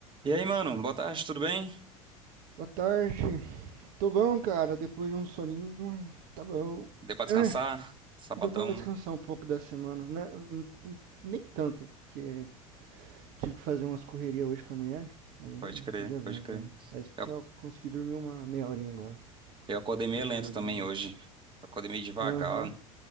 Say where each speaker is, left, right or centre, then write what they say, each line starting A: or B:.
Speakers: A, on the right (about 25°); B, on the right (about 50°).
A: E aí, mano, boa tarde, tudo bem?
B: Boa tarde. Tô bom, cara. Depois de um soninho, mas tá bom.
A: Deu pra descansar?
B: É,
A: Sabadão,
B: deu pra descansar um pouco da semana, né? Hum, Nem tanto, porque tive que fazer umas correrias hoje com a mulher. Aí
A: pode crer,
B: já viu,
A: pode crer.
B: né? Aí
A: Eu,
B: só consegui dormir uma meia horinha agora.
A: eu acordei meio
B: Eu acordei
A: lento também
B: agora.
A: hoje. Acordei meio devagar.
B: Aham,